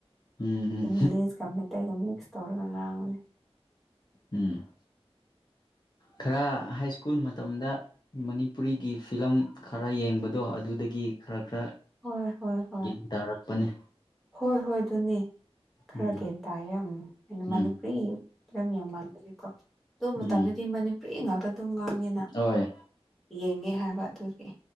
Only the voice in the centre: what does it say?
ꯏꯪꯂꯤꯁꯀ ꯃꯦꯇꯩꯒ ꯃꯤꯛꯁ ꯇꯧꯔꯒ ꯉꯥꯡꯕꯨꯅꯤ
ꯍꯣꯏ ꯍꯣꯏ ꯍꯣꯏ
ꯍꯣꯏ ꯍꯣꯏ ꯑꯗꯨꯅꯦ ꯈꯔ
ꯒ꯭ꯌꯥꯟ ꯇꯥꯏꯌꯦ ꯑꯩꯅ
ꯃꯅꯤꯄꯨꯔꯤ ꯐꯤꯂꯝ ꯌꯥꯝ ꯃꯥꯟꯅꯒꯀꯣ ꯑꯗꯨ ꯃꯇꯝꯗꯗꯤ
ꯃꯅꯤꯄꯨꯔꯤ ꯉꯥꯛꯇ ꯑꯗꯨꯝ ꯉꯥꯡꯉꯦꯅ
ꯌꯦꯡꯉꯦ ꯍꯥꯏꯕ ꯑꯗꯨꯒꯤ